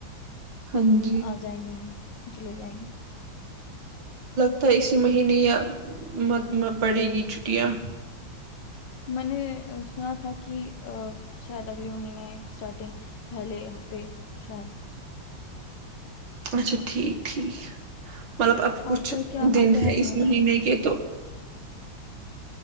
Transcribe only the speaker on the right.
ہاں جی
تھا اسی مہینے یا مت میں پڑے گی چھٹیاں
اچھا ٹھیک ٹھیک مطلب اب کچھ
دن
ہے اس
مہینے کے تو